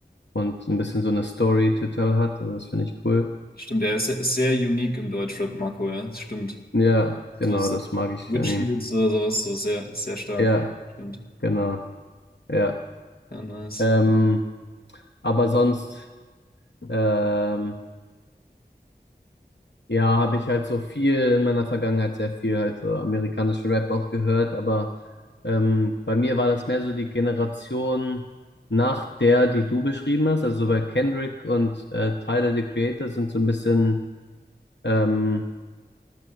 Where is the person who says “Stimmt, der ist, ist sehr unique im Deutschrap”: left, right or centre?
Left